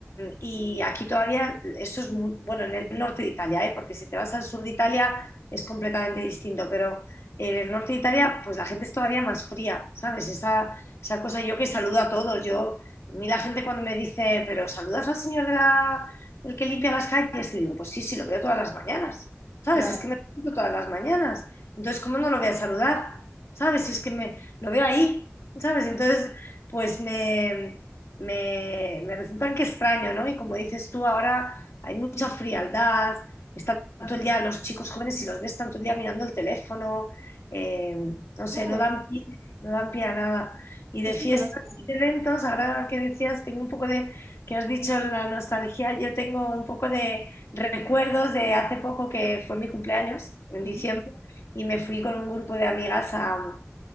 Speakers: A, on the left; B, on the right.
A: y aquí todavía, eso es muy, bueno, en el norte de Italia, ¿eh? Porque si te vas al sur de Italia es completamente distinto, pero en el norte de Italia, pues la gente es todavía más fría, ¿sabes? Esa, esa cosa, yo que saludo a todos, yo, a mí la gente cuando me dice, pero ¿saludas al señor de la, el que limpia las calles? Y digo, pues sí, sí, lo veo todas las mañanas, ¿sabes?
B: Claro,
A: Es que me lo encuentro todas las mañanas, entonces, ¿cómo no lo voy a saludar? ¿sabes? Si es que me lo veo ahí, ¿sabes? Entonces, pues me, me, me resultan que extraño, ¿no? Y como dices tú, ahora hay mucha frialdad, están todo el día los chicos jóvenes, si los ves tanto el día mirando el teléfono, eh, no sé,
B: claro,
A: no dan pie, no dan pie a nada. Y de
B: es
A: fiestas
B: una lástima.
A: y de eventos, ahora que decías, tengo un poco de, que has dicho la nostalgia, yo tengo un poco de recuerdos de hace poco que fue mi cumpleaños, en
B: Ujú.
A: diciembre, y me fui con un grupo de amigas a,